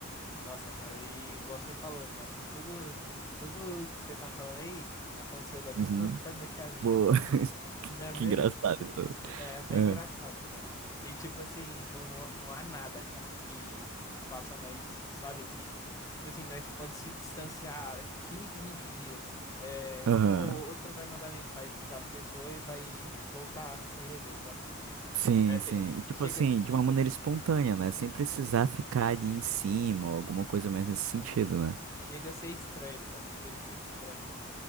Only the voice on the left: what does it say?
Nossa, cara, e igual você falou, cara, tudo, tudo que você tá falando aí aconteceu da mesma
<laughs> forma que a minha,
cara.
Da
mesma,
é até
engraçado, cara. E tipo assim, não, não há nada, cara, que faça nós, sabe, se, tipo assim, nós pode se distanciar 15, 20 dias. É,
um ou outro vai mandar mensagem pra pessoa e vai voltar a se rever, sabe?
É pe-
chega,
chega a ser estranho, cara, chega a ser estranho.